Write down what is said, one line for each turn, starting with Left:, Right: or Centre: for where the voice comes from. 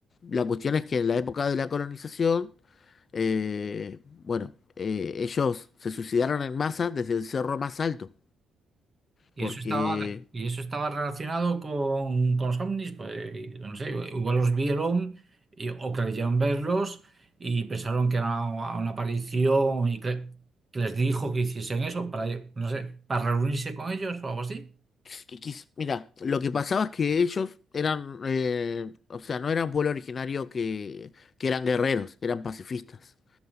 Left: la cuestión es que en la época de la colonización, eh, bueno, eh, ellos se suicidaron en masa desde el cerro más alto
Right: Y
Left: porque,
Right: eso estaba, y eso estaba relacionado con, con los ovnis, pues y no sé, igual los vieron y- o creyeron verlos y pensaron que era una una aparición y que, que les dijo que hiciesen eso para, no sé, para reunirse con ellos o algo así.
Left: pues, que quis- mira, lo que pasaba es que ellos eran, eh, o sea, no eran pueblo originario que, que eran guerreros, eran pacifistas.